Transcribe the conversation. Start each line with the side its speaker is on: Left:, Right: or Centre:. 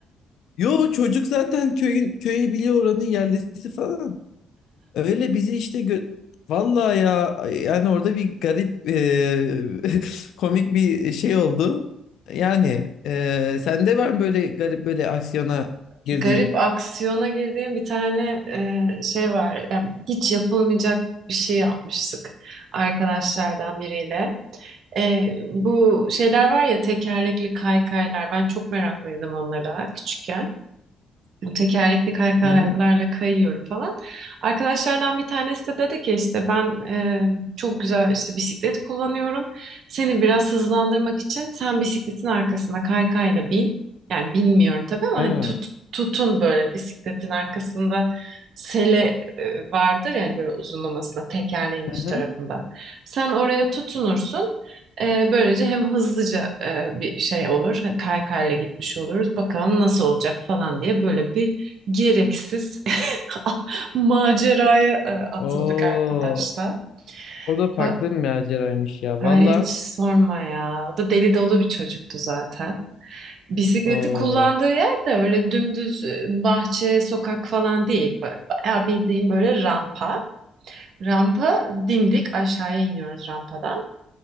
Left: Yo çocuk zaten köyün köyü biliyor oranın yerlisi falan. Öyle bizi işte gö- vallahi ya yani orada bir garip eee, <laughs> komik bir şey oldu. Yani eee sende var mı böyle garip böyle aksiyona
Right: <laughs>
Left: girdiğin?
Right: Garip aksiyona girdiğim bir tane e, şey var. Yani hiç yapılmayacak bir şey yapmıştık arkadaşlardan biriyle. E, bu şeyler var ya tekerlekli kaykaylar. Ben çok meraklıydım onlara küçükken. bu tekerlekli kaykalarla
Left: Hı hı.
Right: kayıyorum falan. Arkadaşlardan bir tanesi de dedi ki işte ben e, çok güzel işte bisiklet kullanıyorum. Seni biraz hızlandırmak için sen bisikletin arkasına kaykayla bin. Yani bilmiyorum tabii ama
Left: Ha.
Right: hani tut, tutun böyle bisikletin arkasında sele e, vardır yani böyle uzunlamasına tekerleğin üst
Left: Hı hı.
Right: tarafında. Sen oraya tutunursun. Ee, böylece hem hızlıca e, bir şey olur, kaykayla gitmiş oluruz. Bakalım nasıl olacak falan diye böyle bir gereksiz <laughs> maceraya e, atıldık
Left: Oo,
Right: arkadaşlar.
Left: o da farklı
Right: Ha-
Left: bir maceraymış ya.
Right: Ay,
Left: Valla.
Right: hiç sorma ya. O da deli dolu bir çocuktu zaten. Bisikleti
Left: Oo.
Right: kullandığı yer de öyle dümdüz e, bahçe, sokak falan değil. Ba- Bayağı bildiğim böyle rampa. Rampa dimdik aşağıya iniyoruz rampadan.